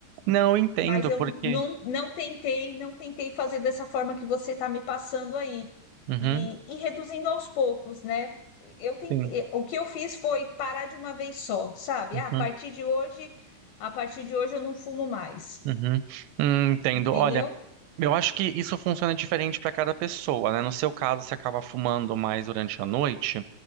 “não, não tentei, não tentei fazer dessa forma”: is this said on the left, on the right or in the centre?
Left